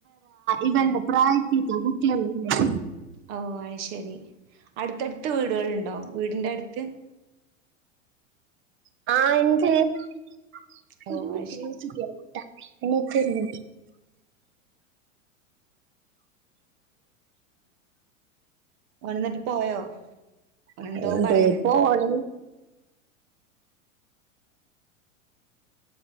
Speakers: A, on the right (about 30°); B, on the right (about 45°).
A: ഇവന്റെ പ്രായത്തിത്ത കുട്ടികൾ ഉണ്ടെയേ
B: ഓ അ ശരി അടുത്തടുത്ത് വീടുകളുണ്ടോ വീടിന്റെ അടുത്ത്
A: ആ
B: ഓ
A: <unintelligible>
B: അത് ശരി ഓനന്നിട്ട് പോയോ ഓൻ
A: <unintelligible>
B: എന്തോ പറയണ്
A: പോയി